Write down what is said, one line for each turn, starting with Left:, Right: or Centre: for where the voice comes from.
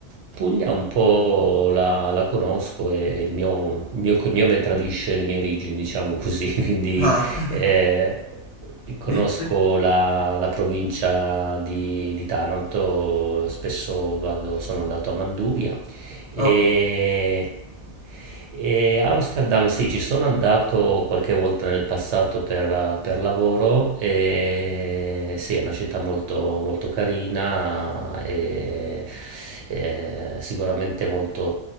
Right: Puglia un po' la la conosco e il mio il mio cognome tradisce le mie origini, diciamo così, <laughs> quindi,
Left: Ah, <laughs>
Right: ehm, conosco
Left: di- di-
Right: la la provincia di di Taranto, spesso vado sono andato a Manduria e,
Left: ok,
Right: e Amsterdam, sì, ci sono andato qualche volta nel passato per, per lavoro e sì, è una città molto, molto carina e, eh, sicuramente molto